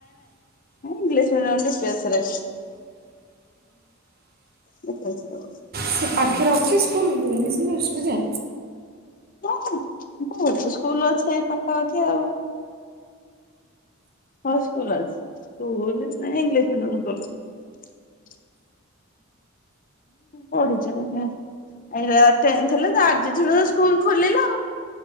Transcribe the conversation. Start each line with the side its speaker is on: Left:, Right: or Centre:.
Left: ଏ ଇଂଲିଶ ମିଡିଅମ ଡିପ୍ରେସ ରେ ଡିପ୍ରେସ ରେ।
Right: ସେ ପାଖରେ ଅ ଅଛି ସ୍କୁଲ ଇଂଲିଶ ମିଡିୟମ ସୁବିଧା?
Left: ହୁଁ ବହୁତ ସ୍କୁଲ ଅଛି ଏଇ ପାଖାପାଖି ଆଉ। ସବୁ ସ୍କୁଲ ଅଛି ସ୍କୁଲ କିଛି ନାଇ ଇଂଲିଶ ମିଡିୟମ <unintelligible> ପଢୁଛି ଏରା ଆ ଟେନ୍ଥ ହେଲା ଆଜିଠୁ ଏରା ସ୍କୁଲ୍ ଖୋଲିଲା ଆଉ